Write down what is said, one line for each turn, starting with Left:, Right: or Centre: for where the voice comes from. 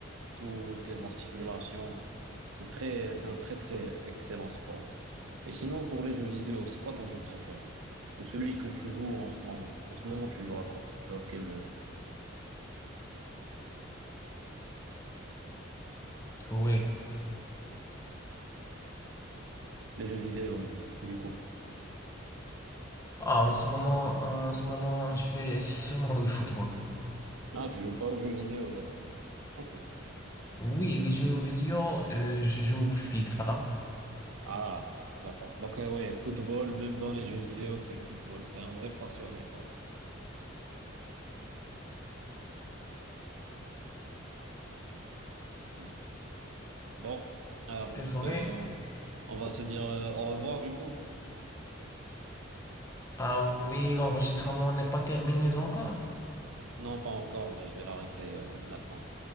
Right: toutes les articulations. C'est très, c'est un très très excellent sport. Et sinon, pour les jeux vidéo, c'est quoi ton jeu préféré? Ou celui que tu joues en ce moment? En ce moment, tu joues à quoi? Tu joues à quel jeu?
Left: Oui.
Right: Les jeux vidéo, du coup.
Left: Ah, en ce moment, en ce moment, je fais seulement le football.
Right: Ah, tu joues pas aux jeux vidéo, d'accord. Ok.
Left: Oui, les jeux vidéo, euh, je joue FIFA.
Right: Ah, d'accord. Donc, euh, ouais, football, même dans les jeux vidéo, c'est le football. T'es un vrai passionné, toi. Hein. Bon, alors,
Left: Désolé.
Right: euh, on va se dire euh, au revoir, du coup.
Left: Ah oui, l'enregistrement n'est pas terminé encore.
Right: Non, pas encore, mais je vais l'arrêter euh, maintenant.